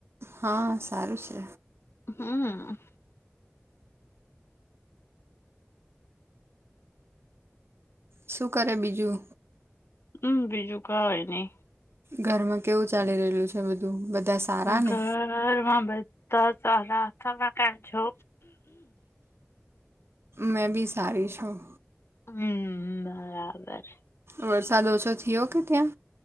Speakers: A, on the right; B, on the left.
A: હા સારું છે
B: હમ્મ
A: શું કરે બીજું
B: હમ બીજું કાય નઈ
A: ઘરમાં કેવું ચાલી રહેલું છે બધું સારા
B: ઘરમાં
A: ને
B: બધા સારા <unintelligible> છો
A: મેં બી સારી છું
B: હમ બરાબર
A: વરસાદ ઓછો થયો કે ત્યાં